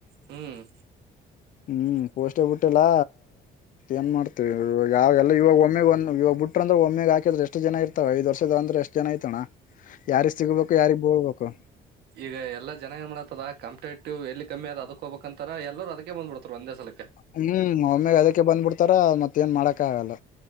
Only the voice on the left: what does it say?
ಹ್ಮ್ ಪೊಷ್ಟ ಬಿಟ್ಟಿಲ್ಲಾ ಏನ್ ಮಾಡ್ತೇವಿ ಯಾವಾಗಲ್ಲ ಇವಾಗ ಒಮ್ಮೆಾಗ ಒಂದ ಇವಾಗ ಬಿಟ್ಟಂದ್ರೆ ಒಮ್ಮೆಗೆ ಹಾಕಿದ್ರೆ ಎಷ್ಟ ಜನ ಇರ್ತವೆ ಐದ ವರ್ಷದ ಅಂದ್ರೆ ಎಷ್ಟ ಜನ ಐತಣ ಯಾರಿ ಸಿಗ್ಬೇಕು ಯಾರಿಗ್ ಬೋಳ್ಬೇಕು
ಹ್ಮ್ ಒಮ್ಮೆಾಗ ಅದಕ್ಕೆ ಬಂದ್ಬಿಡ್ತಾರ ಮತ್ತ ಏನ್ ಮಾಡಕ ಆಗಲ್ಲ